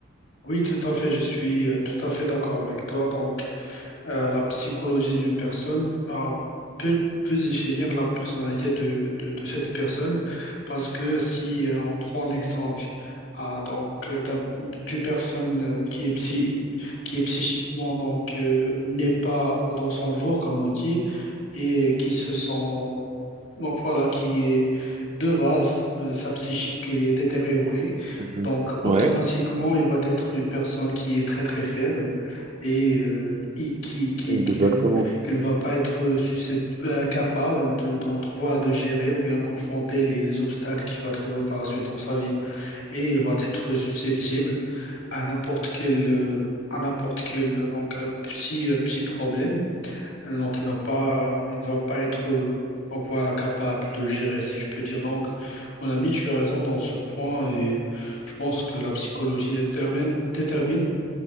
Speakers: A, on the left (about 70°); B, on the right (about 35°).
A: oui, tout à fait, je suis euh, tout à fait d'accord avec toi. Donc Euh, la psychologie d'une personne a- peut, peut définir la personnalité de, de- de cette personne parce que si euh, on prend l'exemple ah, donc euh, d'un- d'une personne euh, qui est psy, qui est psychiquement donc euh, n'est pas dans son jour comme on dit et qui se sent donc voilà qui est de base euh, sa psychique elle est détériorée
B: Mhm.
A: donc automatiquement
B: Ouais,
A: il va être une personne qui est très très faible et, euh, et qui, qui,
B: exactement.
A: qui ne, qui ne va pas être suscept- euh, capable de, d'entrevoir, de gérer ou bien confronter les, les obstacles qu'il va trouver par la suite dans sa vie. Et il va être susceptible à n'importe quel, euh, à n'importe quel euh, donc, euh, petit, euh, petit problème. Euh, Donc, il va pas, il va pas être euh, donc, voilà, capable de gérer, si je peux dire. Donc, mon ami, tu as raison dans ce point et je pense que la psychologie détermine, détermine